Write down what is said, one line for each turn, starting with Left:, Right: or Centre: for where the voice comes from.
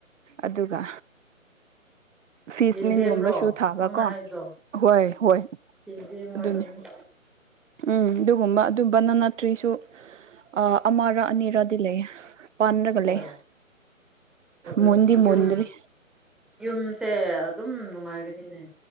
Right: ꯑꯗꯨꯒ ꯐꯤꯁꯅꯤꯝꯒꯨꯝꯕꯁꯨ
Centre: ꯌꯦꯟꯗꯦꯝꯔꯣ
Right: ꯊꯥꯕꯀꯣ
Centre: ꯅꯪꯅ ꯍꯥꯏꯕꯗꯣ
Right: ꯍꯣꯏ ꯍꯣꯏ
Centre: ꯌꯦꯟꯗꯦꯝ ꯑꯣꯏꯔꯝꯅꯤ
Right: ꯑꯗꯨꯅꯤ ꯎꯝ ꯗꯨꯒꯨꯝꯕ ꯑꯗꯨ ꯕꯅꯥꯅꯥ ꯇ꯭ꯔꯤꯁꯨ ꯑꯥ ꯑꯃꯔ ꯑꯅꯤꯔꯗꯤ ꯂꯩꯌꯦ ꯄꯥꯟꯔꯒ
Centre: ꯑꯣ
Right: ꯂꯩ
Centre: ꯑꯗꯨꯗꯤ
Right: ꯃꯨꯟꯗꯤ ꯃꯨꯟꯗꯔ꯭ꯤ
Centre: ꯌꯨꯝ ꯌꯨꯝꯁꯦ ꯑꯗꯨꯝ ꯅꯨꯉꯥꯏꯒꯅꯤꯅꯦ